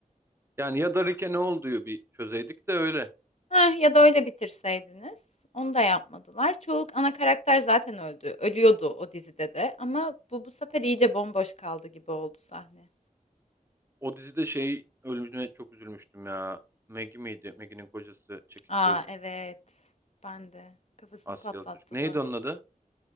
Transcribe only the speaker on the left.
Heh, ya da öyle bitirseydiniz. Onu da yapmadılar. Çoğu ana karakter zaten öldü. Ölüyordu o dizide de. Ama bu bu sefer iyice bomboş kaldı gibi oldu sahne.
Aa
evet. Ben de. Kafasını
patlattılar.